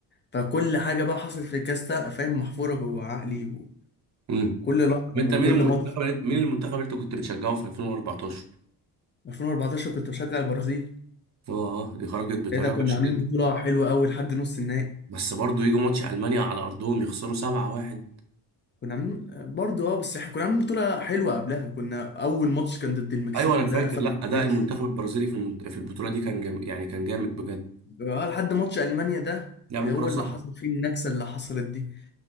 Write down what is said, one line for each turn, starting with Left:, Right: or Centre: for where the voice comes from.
Left: فكل حاجه بقى حصلت في الكاس ده فاهم محفوره جوه عقلي
Right: امم
Left: وكل لحظه
Right: طب انت
Left: وكل
Right: مين المنتخب
Left: ماتش
Right: اللي- مين المنتخب اللي انت كنت بتشجعه في 2014
Left: 2014 كنت بشجع البرازيل
Right: اه آه، دي خرجت بطريقه
Left: ساعتها كنا
Right: وحشه
Left: عاملين
Right: جدا
Left: بطوله حلوه قوي لحد نص النهائي
Right: بس برضه يجوا ماتش المانيا على ارضهم يخسروا 7-1
Left: كنا عاملين برضه اه بس احنا كنا عاملين بطوله حلوه قبلها كنا اول ماتش كان ضد المكسيك
Right: ايوه انا فاكر
Left: ده انا فاكره
Right: لا اداء
Left: كويس
Right: المنتخب البرازيلي في المنت... في البطوله دي كان جام... يعني كان جامد بجد
Left: اه لحد ماتش المانيا ده
Right: لعبوا
Left: هو
Right: كوره صح
Left: اللي حصل فيه النكسه اللي حصلت دي